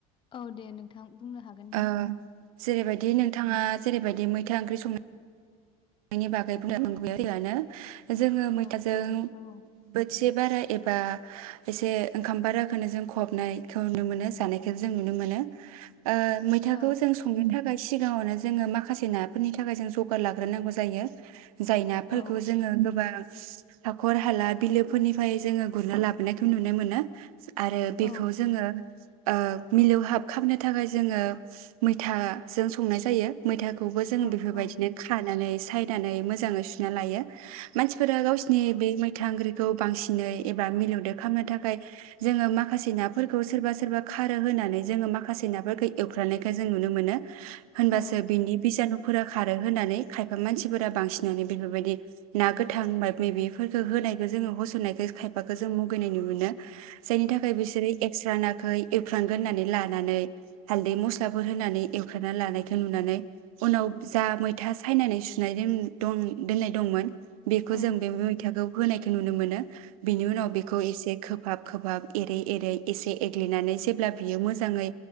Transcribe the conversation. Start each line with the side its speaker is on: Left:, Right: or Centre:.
Left: औ दे नोंथां बुंनो हागोन दे
Right: ओ जेरैबायदि
Left: औ
Right: नोंथाङा जेरैबायदि मैथा ओंख्रि सं नो नि बागै <unintelligible> जोङो मैथाजों
Left: औ औ नोंथां औ
Right: बोथिसे बाराय एबा एसे ओंखाम बाराखौनो जों खहाबनायखौ नुनो मोनो जानायखौ जों नुनो मोनो। ओ मैथाखौ
Left: औ
Right: जों संनो थाखाय सिगाङावनो जोङो माखासे नाफोरनि थाखाय जों जगार लाग्रोनांगौ जायो जाय नाफोरखौ
Left: औ
Right: जोङो गोबां हाखर-हाला, बिलोफोरनिफ्राय जोङो गुरना लाबोनायखौ नुनो मोनो आरो बेखौ
Left: औ
Right: जोङो औ मिलौहाब खामनो थाखाय जोङो मैथाजों संनाय जायो। मैथा खौबो जों
Left: औ
Right: बेफोरबायदिनो
Left: औ
Right: खानानै सायनानै मोजाङै सुना लायो मानसिफोरा गावसिनि बे मै फथ ओख्रिखौ बांसिनै एबा मिलौदो खालामनो थाखाय जोङो माखासे नाफोरखौ सोरबा सोरबा खारो होनानै जोङो माखासे नाफोरखौ एवफ्रानायखौ जों नुनो मोनो होनबासो
Left: औ
Right: बिनि बिजानुखौ फोरा खारो होननानै खाय खायफा मानसिफोरा बांसिनानो बेफोरबायदि ना गोथां मायबा मायबिफोरखौ होनायखौ जोङो होसननायखौ खायफाखौ जों मुगैनाय नु मोनो जायनि थाखाय बिसोरो एक्सारना फ्राय एवफ्रामगोरनानै लानानै हाल्दै मस्लाफोर होनानै एवफ्रामना लानायखौ नुनानै उनाव जा मैथा सायनानै सुनानै दं दोननाय दंमोन बेखौ
Left: औ
Right: जों बेबोबाय थागौ होनायखौ नुनो मोनो बिनि उनाव बेखौ एसे खोबहाब खोबाब एरै एरै एसे एग्लिनानै जेब्ला बियो मोजाङै